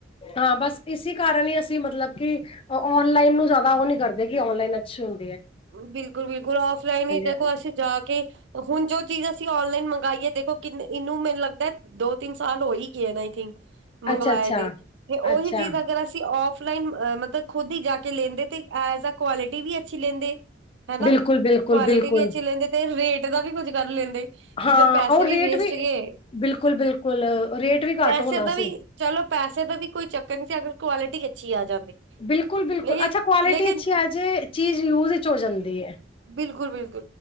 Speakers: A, on the left; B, on the right.
A: ਹਾਂ ਬਸ ਇਸੀ ਕਾਰਨ ਹੀ ਅਸੀਂ ਮਤਲਬ ਕਿ ਔਨਲਾਈਨ ਨੂੰ ਜ਼ਿਆਦਾ ਉਹ ਨੀ ਕਰਦੇ ਕਿ ਔਨਲਾਈਨ ਅੱਛੇ ਹੋਣ
B: ਬਿਲਕੁਲ -ਬਿਲਕੁਲ ਆਫਲਾਈਨ ਹੀ ਦੇਖੋ
A: ਹਾਂਜੀ
B: ਅਸੀਂ ਜਾ ਕੇ ਹੁਣ ਜੋ ਚੀਜ਼ ਅਸੀਂ ਆਨਲਾਈਨ ਮੰਗਾਈਏ ਦੇਖੋ ਕਿੰਨ ਇਹਨੂੰ ਮੈਨੂੰ ਲੱਗਦਾ ਦੋ ਤਿੰਨ ਸਾਲ ਹੋ ਹੀ ਗਏ ਨੇ ਆਈਥਿੰਕ ਮੰਗਵਾਏ
A: ਅੱਛਾ ਅੱਛਾ
B: ਦੇ ਤੇ ਉਹੀ
A: ਅੱਛਾ
B: ਚੀਜ਼ ਅਗਰ ਅਸੀਂ ਆਫਲਾਈਨ ਅ ਮਤਲਬ ਖੁਦ ਹੀ ਜਾ ਕੇ ਲੈਂਦੇ ਤੇ ਐਜ ਆ ਕੁਆਲਿਟੀ ਵੀ ਅੱਛੀ ਲੈਂਦੇ। ਹਨਾ
A: ਬਿਲਕੁਲ, ਬਿਲਕੁਲ,
B: ਕੁਆਲਿਟੀ
A: ਬਿਲਕੁਲ
B: ਵੀ ਅੱਛੀ ਲੈਂਦੇ ਤੇ ਰੇਟ ਦਾ ਵੀ ਕੁੱਝ ਕਰ ਲੈਂਦੇ।
A: ਹਾਂ
B: ਇੱਧਰ ਪੈਸੇ
A: ਔਰ
B: ਵੀ
A: ਰੇਟ
B: ਵੇਸਟ ਗਏ
A: ਬਿਲਕੁਲ, ਬਿਲਕੁਲ ਰੇਟ ਵੀ ਘੱਟ
B: ਪੈਸੇ
A: ਹੋਣਾ
B: ਦਾ ਵੀ
A: ਸੀ।
B: ਚਲੋ। ਪੈਸੇ ਦਾ ਵੀ ਕੋਈ ਚੱਕਰ ਨਹੀ ਸੀ ਅਗਰ ਕੁਆਲਿਟੀ ਅੱਛੀ ਆ ਜਾਂਦੀ
A: ਬਿਲਕੁਲ -ਬਿਲਕੁਲ
B: ਲੇ
A: ਅੱਛਾ ਕੁਆਲਿਟੀ
B: ਲੇਕਿਨ
A: ਅੱਛੀ ਆਜੇ ਚੀਜ਼ ਯੂਜ 'ਚ ਹੋ ਜਾਂਦੀ ਏ।
B: ਬਿਲੁਕੁਲ- ਬਿਲਕੁ